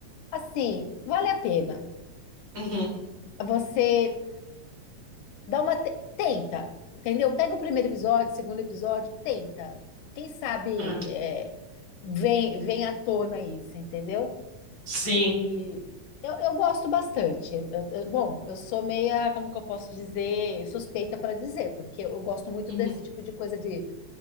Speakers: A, on the left; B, on the right.
A: assim, vale a pena
B: Uhum,
A: você Dá uma te- tenta, entendeu? Pega o primeiro episódio, o segundo episódio, tenta. Quem sabe
B: é.
A: é, vem vem à tona isso, entendeu?
B: Sim.
A: E eu, eu gosto bastante. Eu- eu- bom, eu sou meia, como que eu posso dizer, suspeita para dizer, porque eu gosto muito
B: Uhum,
A: desse tipo de coisa de